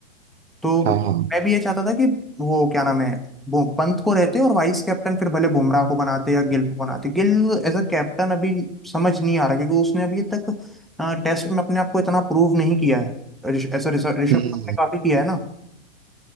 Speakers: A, in the centre; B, on the right.
A: तो
B: हाँ हाँ
A: मैं भी ये चाहता था कि वो क्या नाम है वो पंत को रहते और वाइस कैप्टन फिर भले बुमराह को बनाते या गिल को बनाते गिल एज अ कैप्टन अभी समझ नहीं आ रहा क्योंकि उसने अभी तक टेस्ट में अपने आप को इतना प्रूव नहीं किया है ऋष- ऐसा ऋषभ ऋषभ
B: हम्म
A: पंत ने काफी किया है